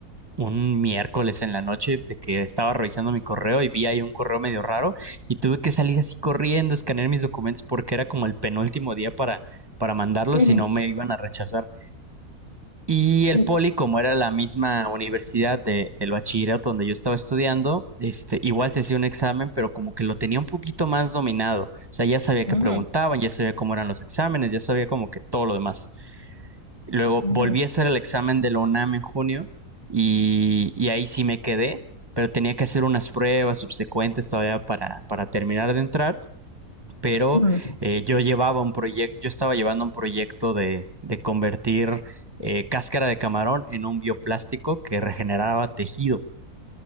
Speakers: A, on the right; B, on the left.
A: un miércoles en la noche de que estaba revisando mi correo y vi ahí un correo medio raro y tuve que salir así corriendo, escanear mis documentos porque era como el penúltimo día para, para mandarlos
B: <laughs> ujú,
A: si no me iban a rechazar. Y
B: En-
A: el poli, como era la misma universidad de, del bachillerato donde yo estaba estudiando, este, igual se hacía un examen, pero como que lo tenía un poquito más dominado. O sea, ya sabía
B: ujú,
A: que preguntaban, ya sabía cómo eran los exámenes, ya sabía como que todo lo demás. Luego
B: ujú.
A: volví a hacer el examen de la UNAM en junio y, y ahí sí me quedé, pero tenía que hacer unas pruebas subsecuentes todavía para, para terminar de entrar. Pero
B: mm.
A: eh, yo llevaba un proyecto, yo estaba llevando un proyecto de, de convertir eh, cáscara de camarón en un bioplástico que regeneraba tejido.